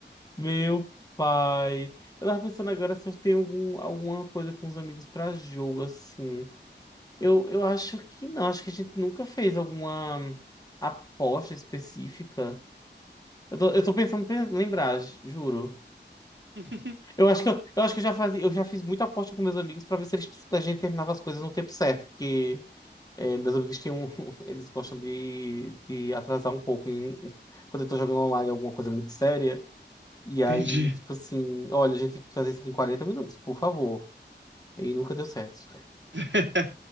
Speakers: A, on the left; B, on the right.
A: Meu pai. Eu tava pensando agora se eu tenho algum, alguma coisa com os amigos pra jogo, assim. Eu, eu acho que não. Acho que a gente nunca fez alguma aposta específica. Eu tô, eu tô pensando em lembrar, ju- juro.
B: <laughs>
A: Eu acho que eu, eu acho que eu já fazia, eu já fiz muita aposta com meus amigos pra ver se eles, a gente terminava as coisas no tempo certo, porque é, meus amigos têm um, <laughs> eles gostam de, de atrasar um pouco em- quando eu tô jogando online alguma coisa muito séria. E aí,
B: Entendi.
A: tipo assim, olha, a gente tem que fazer isso aqui em 40 minutos, por favor. E nunca deu certo.
B: <laughs>